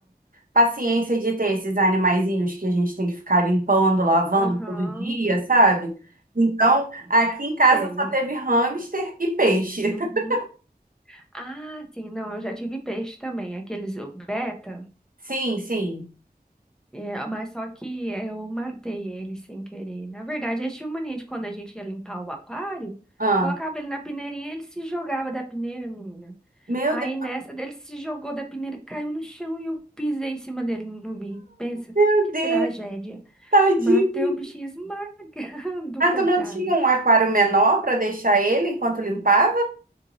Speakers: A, on the right; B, in the centre.
A: paciência de ter esses animaizinhos que a gente tem que ficar limpando, lavando
B: Aham,
A: todo dia, sabe? Então, aqui em casa
B: sei.
A: só teve hamster e peixe.
B: Uhum.
A: <laughs>
B: Ah, sim, não, eu já tive peixe também, aqueles o beta,
A: Sim, sim.
B: é, mas só que eu matei ele sem querer. Na verdade, eles tinham mania de quando a gente ia limpar o aquário,
A: Ah,
B: colocava ele na peneirinha, ele se jogava da peneira, menina.
A: meu
B: Aí
A: Deus,
B: nessa dele se jogou da peneira, caiu no chão e eu pisei em cima dele, não vi. Pensa,
A: meu
B: que
A: Deus,
B: tragédia.
A: tadinho.
B: Matei o bichinho esmagado,
A: Ah,
B: <laughs> coitado.
A: tu não tinha um aquário menor para deixar ele enquanto limpava?